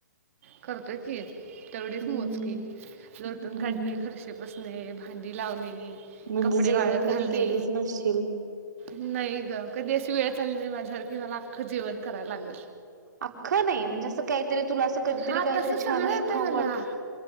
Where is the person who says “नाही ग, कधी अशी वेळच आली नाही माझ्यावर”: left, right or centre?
Right